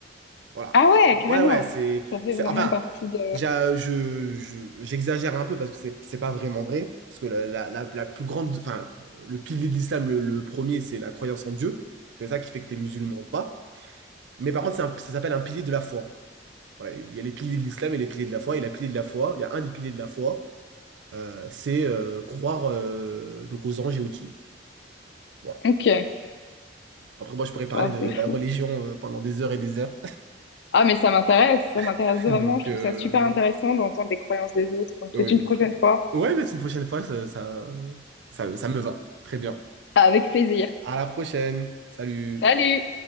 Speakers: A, on the right; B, on the left.
A: Voilà.
B: Ah ouais, carrément.
A: Ouais, ouais, c'est,
B: Ça fait
A: c'est,
B: vraiment
A: enfin,
B: partie de...
A: j'a- je, je- j'exagère un peu parce que c'est, c'est pas vraiment vrai, parce que la, la, la, la plus grande, enfin, le pilier de l'islam, le, le premier, c'est la croyance en Dieu. C'est ça qui fait que tu es musulman ou pas. Mais par contre, c'est un- ça s'appelle un pilier de la foi. Voilà, il y a les piliers de l'islam et les piliers de la foi. Et la pilier de la foi, il y a un des piliers de la foi, euh, c'est euh, croire euh, donc aux anges et aux djinns. Voilà.
B: Ok,
A: Après, moi, je pourrais parler
B: wow,
A: de
B: c'est
A: la
B: fou.
A: religion euh, pendant des heures et des heures.
B: Ah mais ça m'intéresse, ça m'intéresse
A: <laughs>
B: vraiment.
A: Donc,
B: Je
A: euh,
B: trouve ça super intéressant d'entendre les croyances des autres. Donc
A: ouais,
B: peut-être une
A: donc,
B: prochaine
A: euh,
B: fois.
A: ouais, mais une prochaine fois, ça, ça, ça ça me va. Très bien.
B: Avec plaisir.
A: À la prochaine. Salut.
B: Salut!